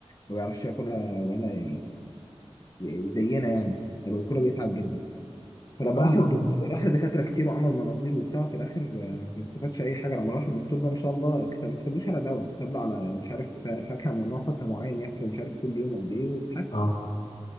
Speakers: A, on the left; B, on the left.
A: ما بيعرفش ياكلها ولا ي- ي- زينا يعني لما بياكلها بيتعب جدا فلما
B: فاهم
A: راح للدكتور راح لدكاترة كتير وعمل مناظير وبتاع في الآخر آه، ما استفادش أي حاجة لما راح للدكتور ده ما شاء الله كتب ما كتبلوش على دواء كتب له على مش عارف فاكهة ممنوع فاكهة معين ياكله مش عارف كل يوم قد إيه واتحسن
B: آه. اه